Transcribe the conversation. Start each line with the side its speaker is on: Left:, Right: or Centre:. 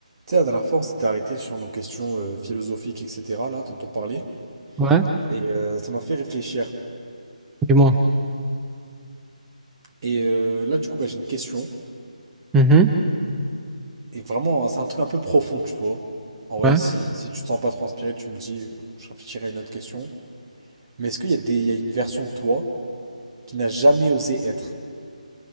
Right: Tu sais, la dernière fois, on s'était arrêté sur nos questions euh, philosophiques, etc., là, dont on parlait,
Centre: Ouais,
Right: et euh, ça m'a fait réfléchir.
Centre: du moins.
Right: Et euh, là, du coup, bah, j'ai une question,
Centre: Mhm,
Right: et vraiment, c'est un truc un peu profond, tu vois. En vrai,
Centre: ouais.
Right: si, si tu te sens pas trop inspiré, tu me dis, euh, je réfléchirai à une autre question. Mais est-ce qu'il y a des, il y a une version de toi qui n'a jamais osé être,